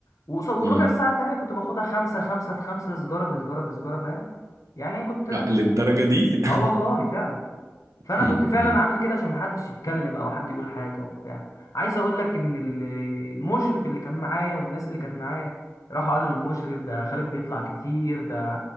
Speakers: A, on the left; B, on the right.
A: وقص- والربع
B: امم
A: ساعه التانيه كنت باخدها خمسه خمسه في خمسه سجاره في سجاره في سجاره فاهم يعني كنت ب-
B: للدرجة دي
A: اه والله
B: <laughs>
A: فعلا فانا
B: مم.
A: كنت فعلا
B: مم.
A: عامل كده عشان محدش يتكلم او حد يقول حاجه وبتاع عايز اقول لك ان ال- المشرف اللي كان معايا والناس اللي كانت معايا راحوا قالوا للمشرف ده خالد بيطلع كتير ده